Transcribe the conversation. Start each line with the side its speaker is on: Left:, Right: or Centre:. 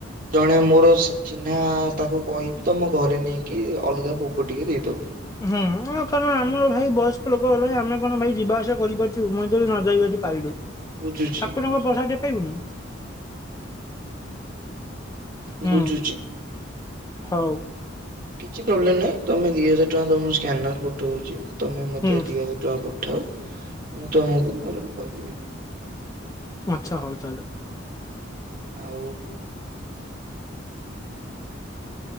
Right: ଜଣେ ମୋର ସଚିହ୍ନା ତାକୁ କହିବି ତମ ଘରେ ନେଇକି ଅଲଗା ଭୋଗ ଟିକେ ଦେଇଦବ।
Left: ହୁଁ କାରଣ ଆମର ଭାଇ ବୟସ୍କ ଲୋକ ହେଲେଣି ଆମେ କଣ ଭାଇ ଯିବା ଆସିବା କରିପାରୁଚୁ <unintelligible> ଯଦି ନଯାଇ ଯଦି ପାଇଲୁ
Right: ବୁଝୁଛି
Left: ଠାକୁରଙ୍କ ପ୍ରସାଦ ଟିକେ ପାଇବୁନୁ। ହୁଁ
Right: ବୁଝୁଚି।
Left: ହଉ।
Right: କିଛି ପ୍ରୋବ୍ଲେମ୍ ନାହିଁ ତମେ ଦି ହଜାର ଟଙ୍କା ତମକୁ ସ୍କାନର ପଠଉଛି ତମେ ମତେ
Left: ହୁଁ
Right: ଦି ହଜାର ଟଙ୍କା ପଠାଅ ମୁଁ ତୁମକୁ ମୋର କରିକି ଦେବି।
Left: ଆଚ୍ଛା ହଉ ତାହେଲେ।
Right: ଆଉ